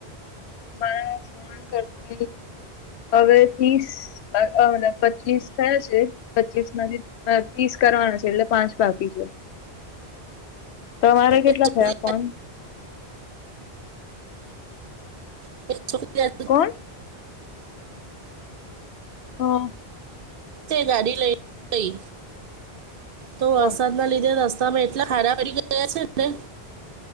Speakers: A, on the left; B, on the right.
A: બસ ફોન કરતો. હવે તીસ, અ અન પચીસ થયા છે, પચીસ માંથી. પાંત્રીસ કરવાના છે, એટલે પાંચ બાકી છે. તમારે
B: તમે
A: કેટલા થયા પોન?
B: <inaudible> તે છે,
A: કોણ હા
B: ગાડી લઈ ગઈ, તો વરસાદ
A: હા
B: ના લીધે રસ્ સ્તામા એટલા ખાડા પડી ગયા છે ને,